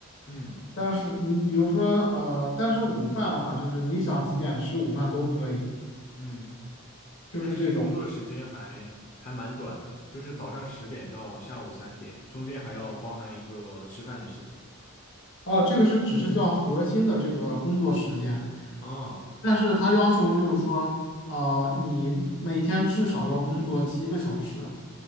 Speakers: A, on the left (about 35°); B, on the left (about 60°).
A: 嗯，
B: 但是你比如说呃，但是午饭的话，就是你想几点吃午饭都可以，
A: 嗯，
B: 就是这种。
A: 那其实工作时间还还蛮短的，就是早上十点到下午三点，中间还要包含一个吃饭的时间。
B: 哦，这个是只是叫核心的这个工作时间，
A: 哦
B: 但是他要求就是说，啊、你每天至少要工作七个小时。